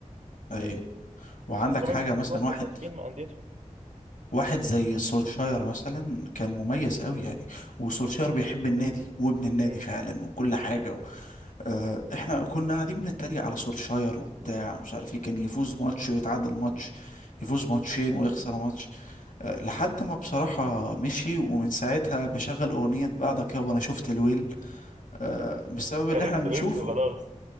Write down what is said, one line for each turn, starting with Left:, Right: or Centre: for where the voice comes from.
Left: ايوه وعندك
Right: خاصه كمان
Left: حاجة
Right: ان كلهم
Left: مثلا واحد
Right: كانوا ناجحين مع انديتهم
Left: واحد زي سولشاير مثلا كان مميز قوي يعني وسولشاير بيحب النادي وابن النادي
Right: مم.
Left: فعلا وكل حاجة آه، احنا كنا قاعدين بنتريق على سولشاير وبتاع ومش عارف ايه كان يفوز ماتش ويتعادل ماتش يفوز ماتشين ويخسر ماتش آه، لحد ما بصراحة مشي ومن ساعتها بشغل أغنية بعدك يابا أنا شفت الويل آه، بسبب اللي
Right: عرفت
Left: احنا بنشوفه
Right: عرفت خلاص